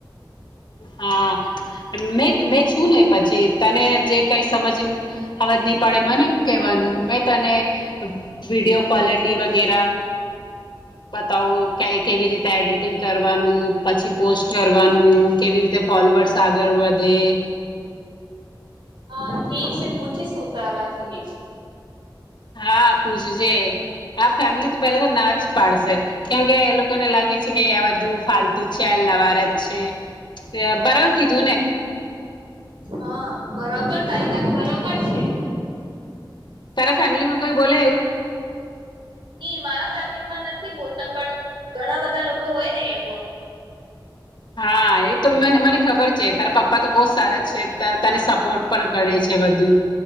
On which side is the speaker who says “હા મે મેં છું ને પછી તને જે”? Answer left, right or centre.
Left